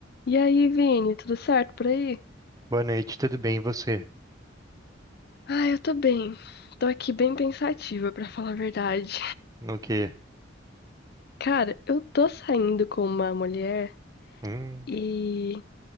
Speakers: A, on the left; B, on the right.
A: E aí, Vini, tudo certo por aí?
B: Boa noite, tudo bem? E você?
A: Ah, eu tô bem. Tô aqui bem pensativa, pra falar a verdade.
B: No quê?
A: Cara, eu tô saindo com uma mulher
B: Hum,
A: e,